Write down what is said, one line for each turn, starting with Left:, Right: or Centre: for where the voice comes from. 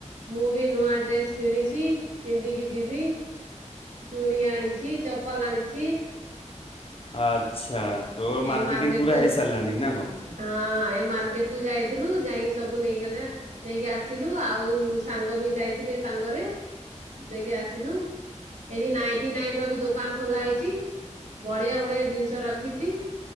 Right: ମୁଁ ବି ନୂଆ ଡ୍ରେସ୍ କିଣିଚି ପିନ୍ଧିକି ଯିବି। ଚୁଡି ଆଣିଚି ଚପଲ୍ ଆଣିଚି।
Left: ଆଚ୍ଛା ତୋର
Right: ଏଇ
Left: ମାର୍କେଟିଙ୍ଗ୍
Right: ମାର୍କେଟ
Left: ପୁରା
Right: କୁ
Left: ହେଇ ସାରିଲାଣି ନା କଣ?
Right: ହଁ ଏଇ ମାର୍କେଟ କୁ ଯାଇଥିଲୁ ଯାଇକି ସବୁ ନେଇଗଲେ ନେଇକି ଆସିଲୁ ଆଉ ସାଙ୍ଗ ବି ଯାଇଥିଲେ ସାଙ୍ଗରେ ଦେଇକି ଆସିଲୁ। ଏଇଠି ନାଇନ୍ଟି ନାଇନ୍ ବି ଦୋକାନ ଖୋଲା ହେଇଚି ବଢିଆ ବଢିଆ ଜିନି <unintelligible> ରଖିଚି